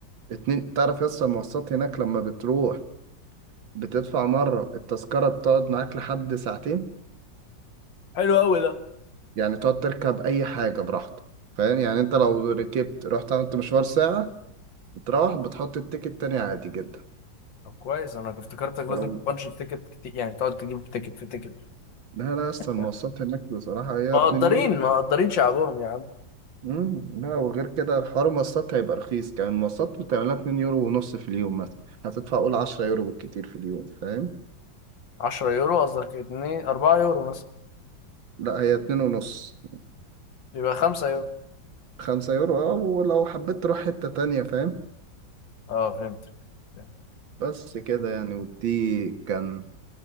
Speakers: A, on the right; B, on the left.
A: اتنين تعرف يس المواصلات هناك لما بتروح بتدفع مرة التذكرة بتقعد معاك لحد ساعتين
B: حلو قوي ده
A: يعني تقعد تركب أي حاجة براحتك فاهم يعني أنت لو ركبت رحت عملت مشوار ساعة تروح بتحط التيكت تاني عادي جدا
B: طب كويس انا افتكرتك لازم
A: لو
B: تبانش التيكت كتير يعني تقعد تجيب تيكت في تيكت
A: لا لا يا اسطى المواصلات
B: يعني.
A: هناك بصراحة هي
B: مقدرين
A: 2 يورو
B: مقدرين شعبهم يا عم
A: مم. لا وغير كده حوار المواصلات هيبقى رخيص كمان المواصلات بتعملها 2 يورو ونص في اليوم مثلا هتدفع قول 10 يورو بالكتير في اليوم فاهم
B: 10 يورو قصدك 2 4 يورو مثلا
A: لا هي 2 ونص
B: يبقى خمسة يورو
A: 5 يورو اه ولو حبيت تروح حتة تانية فاهم
B: اه فهمتك فهمت.
A: بس كده يعني ودي كان